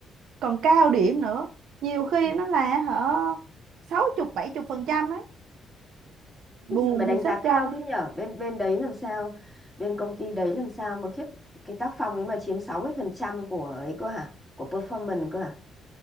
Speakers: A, on the right; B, in the centre.
A: còn cao điểm nữa nhiều khi
B: Ừ.
A: nó là hở sáu chục bảy chục phần trăm đấy buồn
B: Khiếp gì mà đánh
A: thì sếp
B: giá
A: cho
B: cao thế nhở? Bên bên đấy làm sao? Bên công ty đấy làm sao mà khiếp cái tác phong đấy mà chiếm 60% của ấy cơ hả? Của performance cơ hả?